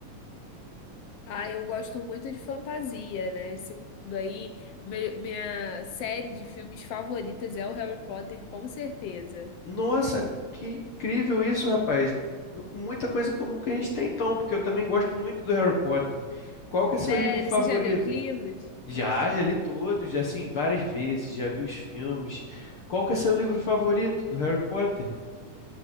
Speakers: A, on the left; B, on the left.
A: Ah, eu gosto muito de fantasia, né? Esse mundo aí, me- minha série de filmes favoritas é o Harry Potter, com certeza.
B: Nossa, que incrível isso, rapaz. Com com muita coisa em comum que a gente tem então, porque eu também gosto muito do Harry Potter. Qual que é seu
A: Sério,
B: livro favorito?
A: você já leu os livros?
B: Já, já li todos, já, assim, várias vezes, já vi os filmes. Qual que é seu livro favorito do Harry Potter?